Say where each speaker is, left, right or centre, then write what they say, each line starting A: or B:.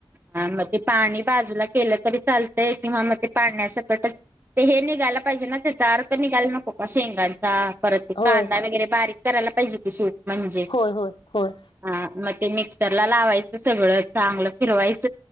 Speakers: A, on the right; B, on the left.
A: हा मणज पाणी बाजूला केलं तरी चालतय किंवा म ते पाण्यासकटच ते हे निघायला पाहिजे ना तेचा अारक निघायला नको का शेंगांचा परत
B: होय
A: कांदा वगैरे बारीक करायला पाहिजे की सूट म्हणजे
B: होय होय होय
A: अ मग ते मिक्सर ला लावायचं सगळं चांगलं फिरवायचं